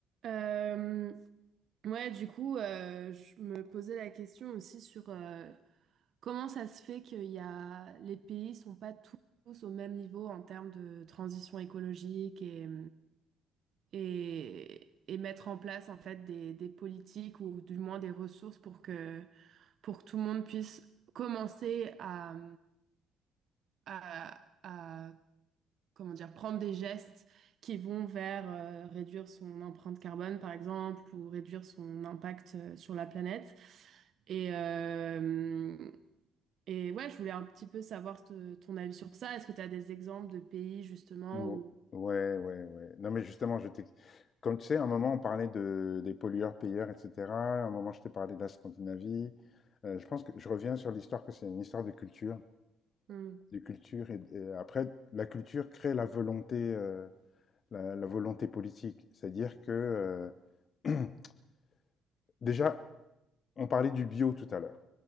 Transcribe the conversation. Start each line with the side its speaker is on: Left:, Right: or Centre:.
Right: Euh, ouais, du coup, euh, je me posais la question aussi sur euh, comment ça se fait qu'il y a les pays sont pas tous au même niveau en termes de transition écologique et, et, et mettre en place en fait des, des politiques ou du moins des ressources pour que pour que tout le monde puisse commencer à, à, à comment dire, prendre des gestes qui vont vers euh, réduire son empreinte carbone, par exemple, ou réduire son impact euh, sur la planète. Et, euh, et ouais, je voulais un petit peu savoir te- ton avis sur ça. Est-ce que tu as des exemples de pays, justement,
Left: Ou-
Right: où...
Left: Ouais, ouais, ouais. Non, mais justement, je t'ai... Comme tu sais, à un moment, on parlait de, des pollueurs-payeurs, etc. À un moment, je t'ai parlé de la Scandinavie. Euh, je pense que je reviens sur l'histoire que c'est une histoire de culture.
Right: Hmm.
Left: De culture et, et après, la culture crée la volonté, euh, la, la volonté politique. C'est-à-dire que, euh, <clears throat> déjà, on parlait du bio tout à l'heure.